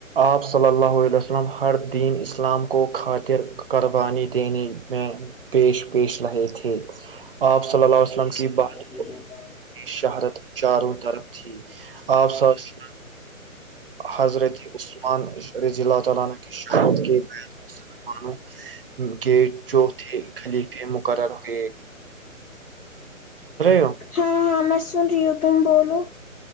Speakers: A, on the right (about 40°); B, on the left (about 85°).
A: آپ صلی اللہس اسلم ہر دین اسلام کو خاطر قربانی دینے میں پیش پیش رہے تھے آپ صلی اللہ وسلم کی بات
B: جی
A: شہادت چاروں طرف تھی آپ س حضرت عثمانشض اللہ تعالا ش کے گئے مسلمانوں کے چو خال مقرر تھ ہو
B: ہاں ہاں میں سن رہی ہوں تم بولو